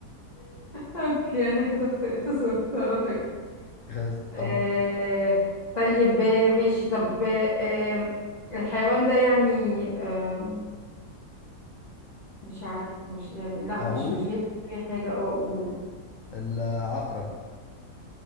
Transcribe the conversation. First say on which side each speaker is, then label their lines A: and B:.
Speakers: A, on the left (about 25°); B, on the left (about 55°).
A: اوكي انا كده خ- خسرت على فكره
B: خلاص،
A: آه
B: طب
A: طيب آه، ماشي طب آه آه، الحيوان ده يعني آه مش عارفة مش يعني لا
B: اقول
A: مش مش جاي في دماغي حاجة اه اقول
B: العقرب